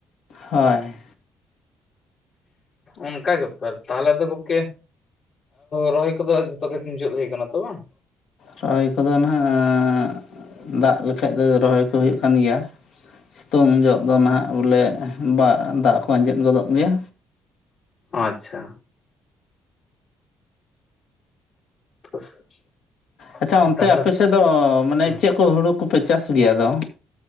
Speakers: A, on the left; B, on the left.
A: ᱦᱳᱭ᱾
B: ᱚᱱᱠᱟ ᱵᱮᱯᱟᱨ ᱛᱟᱦᱞᱮ ᱫᱚᱼᱼ ᱠᱮ, ᱨᱚᱦᱚᱭ ᱠᱚᱫᱚ ᱡᱷᱚᱛᱚ ᱜᱮ ᱢᱩᱪᱟ. ᱛ ᱦᱩᱭ ᱠᱟᱱᱟ ᱛᱚ ᱵᱟᱝ?
A: ᱨᱚᱦᱚᱭ ᱠᱚᱫᱚ ᱱᱟᱦᱟᱜ ᱫᱟᱜ ᱞᱮᱠᱷᱟᱡ ᱫᱚ ᱨᱚᱦᱚᱭ ᱠᱚ ᱦᱩᱭᱩᱜ ᱠᱟᱱ ᱜᱮᱭᱟ᱾ ᱥᱤᱛᱩᱝ ᱡᱚᱦᱚᱜ ᱫᱚ ᱱᱟᱜ ᱵᱚᱞᱮ ᱫᱟᱜ ᱠᱚ ᱟᱸᱡᱮᱫ ᱜᱚᱫᱚᱜ ᱜᱮᱭᱟ᱾
B: ᱟᱪᱪᱷᱟ᱾ <inaudible>
A: ᱟᱪᱪᱷᱟ, ᱚᱱᱛᱮ
B: ᱛᱟᱦᱚᱞᱮ
A: ᱟᱯᱮᱥᱮᱫ ᱫᱚ ᱢᱟᱱᱮ
B: ᱦᱩᱸ
A: ᱪᱮᱫ ᱠᱚ ᱦᱩᱲᱩ ᱠᱚᱯᱮ ᱪᱟᱥ ᱜᱮᱭᱟ‌? ᱟᱫᱚ